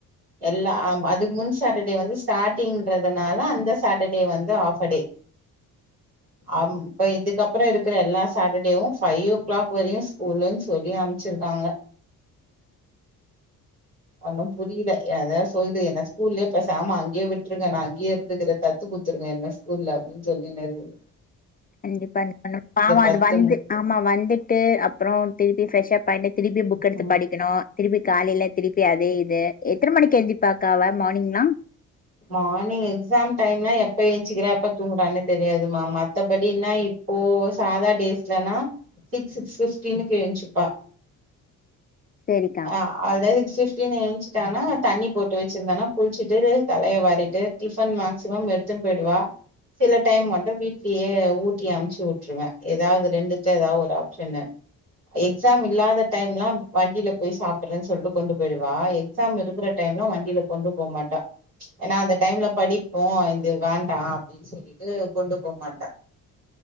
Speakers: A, on the right; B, on the left.
A: எல்லாம் அதுக்கு முன் சாட்டர்டே வந்து ஸ்டாடிங்ன்றதுனால அந்த சாட்டர்டே வந்து ஆஃப்படே அம் இப்ப இதுக்கப்பற இருக்குற எல்லா சாட்டர்டேவு ஃபைவ் ஓ கிளாக் வரையு ஸ்கூல்ன் சொல்லி அம்ச்சிருக்காங்க ஒன்னு புரியில எ அதா சொல்து என்ன ஸ்கூல்லே பேசாம அங்கயே விட்ருங்க நா அங்கயே இருந்துக்கிறே தத்து குட்த்துருங்க என்ன ஸ்கூல்ல அப்டின் சொல்லின் இருக்குது
B: கண்டிப்பா இது பண்ணு பாவ
A: பத்து
B: அது வந்து ஆமா வந்துட்டு அப்றோ திருப்பி ஃப்ரெஷ்ஷப்பாய்ட்டு திருப்பி புக்
A: ம்
B: எடுத்து படிக்கணு திருப்பி காலைல திருப்பி அதே இது எத்தன மணிக்கு எந்ரிப்பாக்கா அவ மார்னிங்லா
A: மார்னிங் எக்ஸாம் டைம்னா எப் எப்ப ஏஞ்ச்சுக்கிறா எப்ப தூங்குறானே தெரியாதுமா மத்தபடினா இப்போ சாதா டேஸ்லனா சிக்ஸ் சிக்ஸ் ஃபிப்டீனுக்கு ஏஞ்ச்சுப்பா
B: சேரிக்கா
A: ஆ ஆல்ரெடி ஃபிப்டின் ஏஞ்சிட்டானா தண்ணி போட்டு வெச்சிருந்தனா குளிச்சிட்டு தலைய வாரிட்டு டிஃபன் மேக்சிமம் எடுத்துன் போய்டுவா சில டைம் மட்டு வீட்லயே ஊட்டி அம்ச்சு வுட்டுருவ எதாவ்து ரெண்டுத்துல எதா ஒரு ஆப்ஷனு எக்ஸாம் இல்லாத டைம்லா வண்டில போய் சாப்புட்றேன் சொல்ட்டு கொண்டு போயிருவா எக்ஸாம் இருக்குற டைம்லா வண்டில கொண்டு போ மாட்டா ஏனா அந்த டைம்ல படிப்போ இது வேண்டா அப்டின் சொல்லிட்டு கொண்டு போ மாட்டா